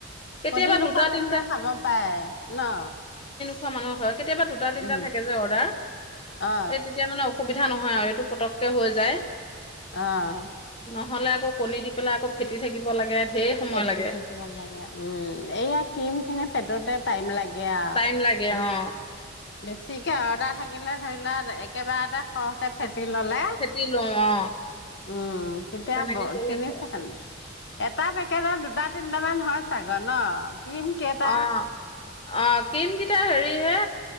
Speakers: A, on the left; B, on the left.
A: কেতিয়াবা
B: কণী নোখোৱা
A: দুটা
B: মানুহে
A: তিনটা
B: খাব পাৰে, ন।
A: খোৱা মানুহ হয় কেতিয়াবা দুটা তিনটা
B: উম
A: থাকে যে অৰ্ডাৰ। হাঁ
B: অ
A: এ তেতিয়া মানে অসুবিধা নহয় আৰু এইটো পতককে হৈ যায়।
B: আহ।
A: নহ'লে আকৌ কণী দি পেলাই আকৌ ফেটি থাকিব লাগে। ঢেৰ সময়
B: ফেতি
A: লাগে।
B: থাকিব লাগে উম।। উম এইয়া ক্ৰীম খিনি ফেটোতে।। টাইম লাগে।। আৰু
A: টাইম লাগে
B: বেছ
A: অ।
B: বেছিকে অৰ্দাৰ থাকিলে ধৰি লোৱা একেবাৰতে খৰহকে ফেট।। ললে
A: ফেটি লওঁ অ
B: উম তেতিয়া
A: সেই তেনেকে কৰি
B: তিনি
A: আছো
B: <inaudible> এটা ফেটি।। ফেটিলে দুটা তিনিটামান হয় চাগয় ন? কিম কেইটা
A: অ অ ক্ৰীম কেইটা হেৰি হে।।